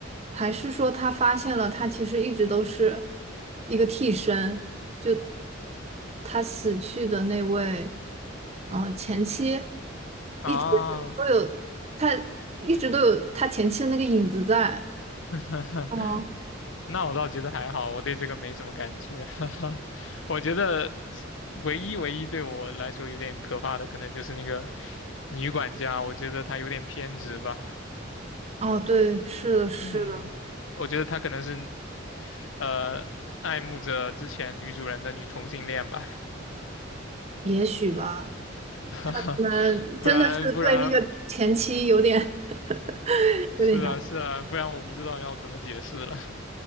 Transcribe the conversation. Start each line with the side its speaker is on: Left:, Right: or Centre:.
Right: 还是说他发现了他其实一直都是一个替身，就他死去的那位，嗯、前妻
Left: 啊，
Right: 一直都有他一直都有他前妻的那个影子在。
Left: <laughs>
Right: 嗯，
Left: 那我倒觉得还好，我对这个没什么感觉。<laughs> 我觉得唯一唯一对我来说有点可怕的，可能就是那个女管家，我觉得她有点偏执吧。
Right: 哦，对，是的，是的，
Left: 嗯。我觉得她可能是呃爱慕着之前女主人的女同性恋吧，
Right: 也许吧，
Left: <laughs>
Right: 可能真的是对那个前妻有点
Left: 不然不然
Right: <laughs>
Left: 是啊是啊，
Right: 有点想。
Left: 不然我不知道要怎么解释了。